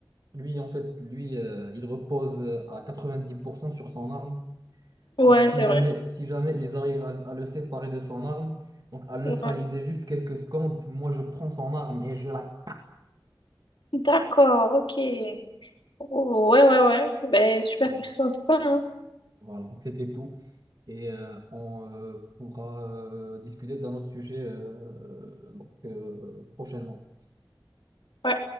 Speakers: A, on the right; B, on the left.
A: lui, en fait, lui, euh, il repose à 90% sur son arme.
B: Ouais,
A: Donc, si
B: c'est
A: jamais,
B: vrai.
A: si jamais ils arrivent à, à le séparer de son arme, donc à le neutraliser
B: Ouais.
A: juste quelques secondes, moi, je prends son arme et je la...
B: D'accord, ok. Oh, ouais, ouais, ouais. Ben, super
A: Ah,
B: perso en tout cas. hein.
A: Voilà, donc c'était tout. Et euh, on euh, pourra euh, discuter d'un autre sujet euh, donc, euh, prochainement.
B: Ouais.